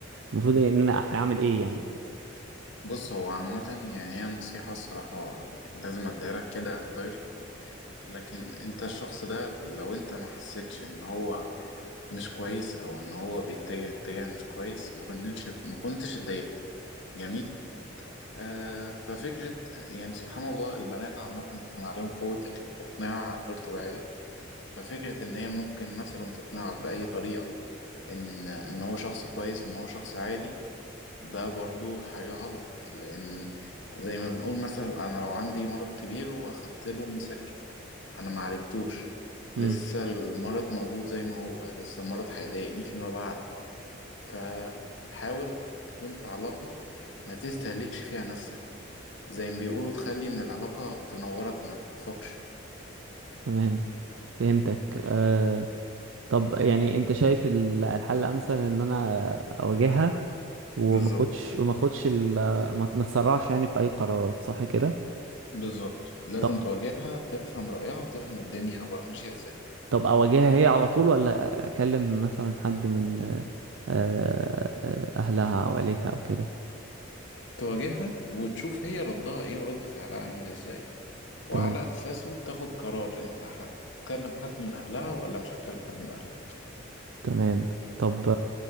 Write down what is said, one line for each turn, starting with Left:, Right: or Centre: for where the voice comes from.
Right: المفروض ان انا اعمل ايه يعني
Left: بص هو عامة يعني هي نصيحة الصراحة لازم اديها لك كده دايركت لكن انت الشخص ده لو انت ما حسيتش ان هو مش كويس او ان هو بيتجه اتجاه مش كويس ما كنتش ما كنتش اتضايقت جميل آه ففكرة يعني سبحان الله البنات عامة بيكون عليهم قوة اك- اقناع غير طبيعية ففكرة ان هي ممكن مثلا تقنعك بأي طريقة ان ان هو شخص كويس وان هو شخص عادي ده برضو حاجة غلط لأن زي ما بنقول مثلا أنا لو عندي مرض كبير وأخدت له مسكن أنا ما عالجتوش لسه
Right: امم
Left: المرض موجود زي ما هو لسه المرض هيضايقني فيما بعد فحاول تكون في علاقة ما تستهلكش فيها نفسك زي ما بيقولوا تخلي إن العلاقة تنورك ما تدفقش
Right: تمام فهمتك آه طب يعني انت شايف ال- الحل الامثل ان انا اواجهها وما
Left: بالظبط
Right: اخدش وما اخدش ال- ما ما تسرعش يعني في اي قرارات صح كده
Left: بالظبط لازم
Right: طب
Left: تواجهها تفهم رأيها وتفهم الدنيا عبارة ماشية إزاي
Right: طب اواجهها هي على طول ولا اكلم مثلا حد من آه، آه، اهلها او عيلتها او كده
Left: تواجهها وتشوف هي ردها إيه ورد فعلها عامل إزاي وعلى
Right: تمام
Left: أساسه تاخد قرار أنت هتكلم حد من أهلها ولا مش هتكلم حد من أهلها
Right: تمام طب